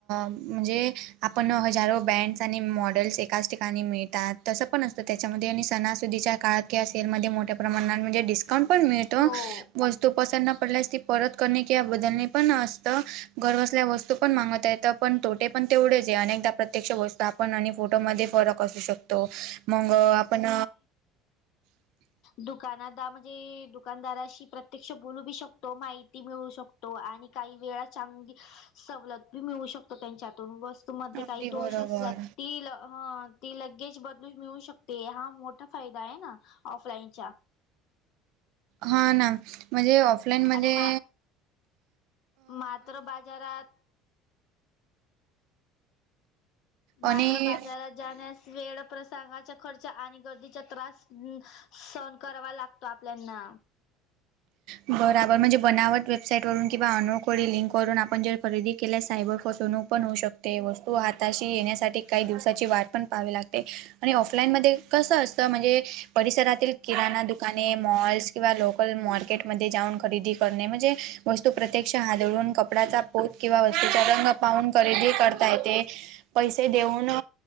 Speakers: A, on the right (about 60°); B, on the left (about 50°).
A: म्हणजे आपण हजारो बँड्स आणि मॉडेल्स एकाच ठिकाणी मिळतात. तंस पण असतं त्याच्यामध्ये आणि सणासुदीच्या काळात किंवा सेलमध्ये मोठ्या प्रमाणात म्हणजे डिस स्काउंट पण मिळतो
B: हो
A: वस्तू पसंननं पडल्यास ती परत करणे किंवा बदलणे पण असत. घरबसल्या वस्तू पण मागवता येत पण तोटे पण तेवढेच आहे अनेकदा प्रत्यक्ष वस्तू आप आपण आणि फोटोमध्ये फरक असू शकतो मंग आपण <unintelligible>
B: दुकानादा म्हणजे दुकानदाराशी प्रत्यक्ष बोलू बी शकतो माहिती मिळू शक तो आणि काही वेळा चांगळी सवलत बी मिळू शकतो त्यांच्यातून वस त
A: अगदी
B: मध्ये काही
A: बरोबर
B: दोष असल्या तील ह ती लगेज बदलून मिळू शकते हा मोठा फायदा आहे ना ऑफलाईन चा
A: हा ना म्हणजे ऑफलाईन मध्ये
B: आणि मा मात्र बाजारात
A: आणि
B: मात्र बाजारात जाण्यास वेळ प्रस गा चा खर्च आणि गर्दीचा त्रास हं सहन करावा लागतो आपल्याना
A: बरोबर म्हणजे बनावट वेबसाईट वरून किंवा अनुखोडी लिंक ववरून आपण जर खरेदी केल्यास सायबर फसवणूक पण होऊ शकते वस्तू हाताशी येण्यासाठी काही दिवसाची वाट पण पाहावी लागते. आणि ऑफलाईनमध्ये कसं असतं म्हणजे परिसरातील किराणा दुकाने मॉल्स किंवा लोकल मार्केट मध्ये जाऊन खरेदी करणे म्हजे वस्तू प्रत्यक्ष हदळून कपडाचा पोत किंवा वस्तूचा रंग पाहून खरेदी करता येते. पैसे देऊन अ